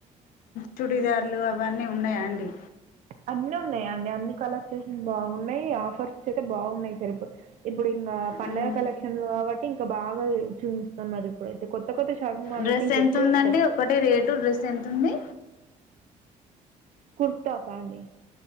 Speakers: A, on the left; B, on the right.
A: చుడిదారులు అవన్నీ ఉన్నాయాండి
B: అన్నిీ ఉన్నయా అండి అన్ని కలక్ష బాగున్నాయి ఆఫర్స్ అయితే బాగున్నాయి సరి ఇప్పు ఇప్పుడు ఇంకా పండగ
A: హ్మ్.
B: కలెక్షన్లు కాబట్టి ఇంకా బాగా చూస్తున్నారు. ఇప్పుడైతే కొత్త కొత్త షాపింగ్ మాల్‌లో
A: డ్రెస్
B: అయితే ఇంకెక్కువ
A: ఎంత ఉందండి,
B: ఇస్తారు.
A: ఒకటి రేటు డ్రెస్ ఎంత ఉంది.
B: కుర్తా ఫాండి